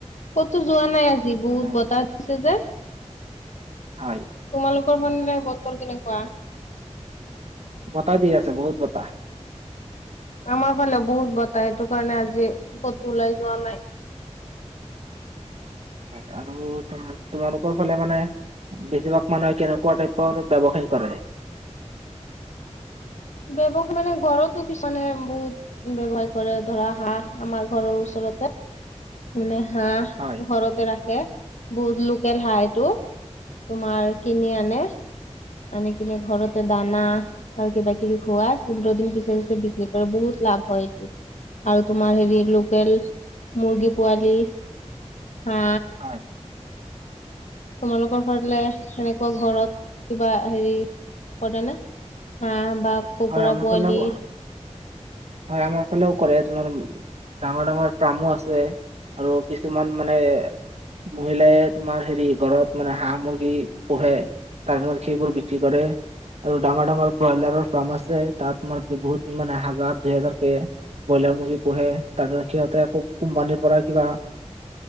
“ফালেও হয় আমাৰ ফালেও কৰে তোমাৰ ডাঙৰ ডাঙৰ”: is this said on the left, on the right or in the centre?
Right